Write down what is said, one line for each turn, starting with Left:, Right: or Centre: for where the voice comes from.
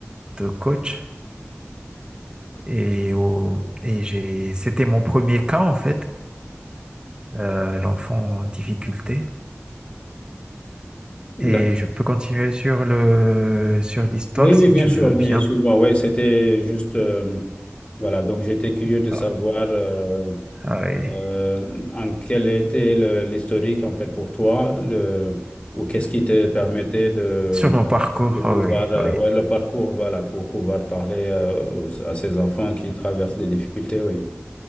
Right: de coach. Et, au- et j'ai, c'était mon premier cas, en fait, euh, l'enfant en difficulté.
Left: D'accord.
Right: Et je peux continuer sur le, sur l'histoire
Left: Oui,
Right: si
Left: oui, bien
Right: tu
Left: sûr,
Right: veux
Left: oui,
Right: bien.
Left: excuse-moi, oui, c'était juste, euh, voilà, donc j'étais curieux de savoir.
Right: Ah
Left: euh,
Right: ah oui.
Left: Euh, en quel était le- l'historique en fait pour toi le- ou qu'est-ce qui te permettait de,
Right: Sur mon parcours,
Left: de pouvoir
Right: ah oui,
Left: euh,
Right: ah oui.
Left: ouais, le parcours voilà pour pouvoir parler euh, aux- à ces enfants qui traversent des difficultés oui